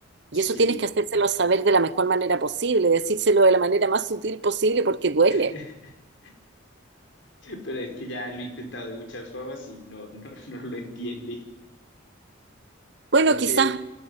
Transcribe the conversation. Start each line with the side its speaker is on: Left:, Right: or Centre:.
Right: Y
Left: Sí.
Right: eso tienes que hacérselo saber de la mejor manera posible, decírselo de la manera más sutil posible porque duele.
Left: <laughs> Pero es que ya lo he intentado de muchas formas y no, no, no lo entiende.
Right: Bueno,
Left: Entonces,
Right: quizás